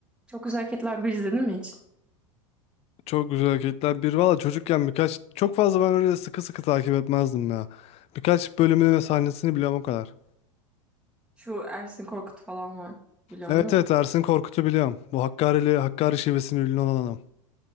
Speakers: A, in the centre; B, on the left (about 40°).
A: Çok Güzel Hareketler bir izledin mi hiç?
B: Çok güzel hareketler. Bir valla çocukken birkaç çok fazla ben öyle sıkı sıkı takip etmezdim ya. Birkaç bölümünü ve sahnesini biliyorum o kadar.
A: Şu Ersin Korkut falan var. Biliyorsun
B: Evet
A: değil mi?
B: evet Ersin Korkut'u biliyorum. Bu Hakkari'li Hakkari şivesinin ünlü olan adam.